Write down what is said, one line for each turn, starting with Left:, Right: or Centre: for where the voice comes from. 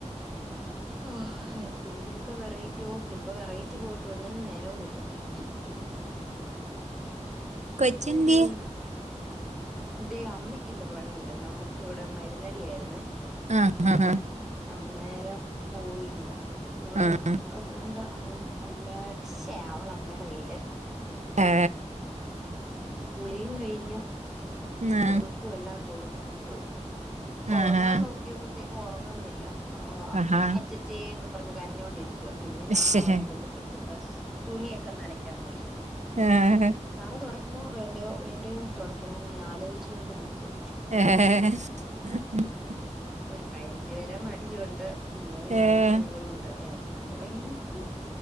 Centre: ആഹ് ഏതേലുക്കെ പറയും യോഹ് ഇപ്പോ വെറൈറ്റി പോയിട്ട് ഒന്നിനും നേരവും കിട്ടത്തില്ല
Right: കൊച്ചെന്തിയെ
Centre: അയ്യോ ദേ അമ്മയ്ക്ക് ഇന്ന് പണിയില്ല നമ്മുക്ക് ഇവിടെ മരുന്നടി ആയിരുന്നേ
Right: ആഹ് ആഹ് ആഹ്
Centre: അന്നേരം പോയില്ല ഇവിടെണ്ട്
Right: ഏഹ്
Centre: അതുകൊണ്ട് അവൾ അമ്മ ശെ അവളമ്മെടെ കയ്യില്
Right: ആഹ് ഏ
Centre: കുളിയും കഴിഞ്ഞു
Right: ന്നാ
Centre: കുറുക്കു എല്ലാം കൊടുത്തു ഉറങ്ങാൻ
Right: ആഹാ
Centre: നോക്കിയപ്പോത്തേക്കും ഉറങ്ങുന്നില്ല ആഹ്
Right: ആഹാ
Centre: അച്ചച്ച ഛേന്നും പറഞ്ഞ് കാരഞ്ഞോണ്ടിരിക്കും പിന്നെ ഞാൻ
Right: ഏഹ്
Centre: അവിടെ കൊണ്ട് കൊടുത്തിട്ട് തുണിയൊക്കെ നനക്കാൻ പോയി
Right: ഏഹ്
Centre: തറ തുടക്കണോ വേണ്ടയോ വേണ്ടയോ തൊടക്കണോന്ന് ഇങ്ങനെ ആലോചിച്ചോണ്ട് നിൽക്കുഅ
Right: ഏഹ്
Centre: ഒരു പരിധി വരെ മടിയുണ്ട് പിന്നെ വേറെയും
Right: ഏഹ്
Centre: പണികളും ഉണ്ട് എല്ലാം കൂടെ ഇങ്ങന നിക്കുന്നു